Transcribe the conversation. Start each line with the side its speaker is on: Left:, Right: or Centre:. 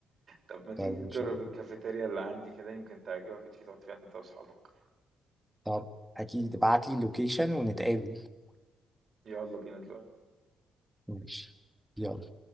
Right: طب ما تيجي
Centre: طيب
Right: تجرب
Centre: ان شاء الله
Right: الكافيتيريا اللي عندي كده يمكن تعجبك وتيجي تقعد فيها أنت وأصحابك
Centre: طب اكيد ابعت لي اللوكيشن ونتقابل
Right: يلا بينا دلوقتي
Centre: ماشي يلا